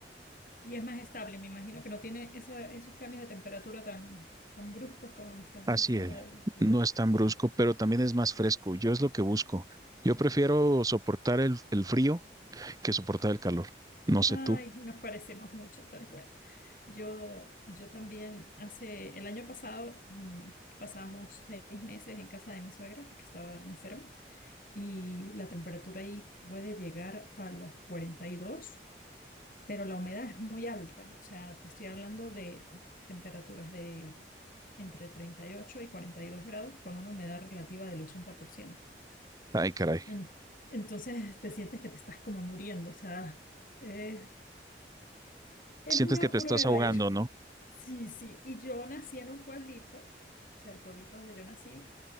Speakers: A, on the left; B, on the right.
A: Y es más estable, me imagino que no tiene esa- esos cambios de temperatura tan, tan bruscos como me estás
B: Así
A: diciendo
B: es.
A: del otro
B: No
A: lugar.
B: es tan brusco, pero también es más fresco. Yo es lo que busco. Yo prefiero soportar el, el frío que soportar el calor. No sé
A: Ay,
B: tú.
A: nos parecemos mucho, tal cual. Yo, yo también, hace el año pasado, mm, pasamos seis meses en casa de mi suegra porque estaba enferma. y la temperatura ahí puede llegar a los 42, pero la humedad es muy alta. O sea, te estoy hablando de temperaturas de entre 38 y 42 grados con una humedad relativa del 80%.
B: Ay, caray.
A: En- entonces te sientes que te estás como muriendo. O sea, eh, es
B: sientes
A: una
B: que te
A: prueba
B: estás ahogando,
A: ir.
B: ¿no?
A: Sí, sí. Y yo nací en un pueblito, o sea, el pueblito donde yo nací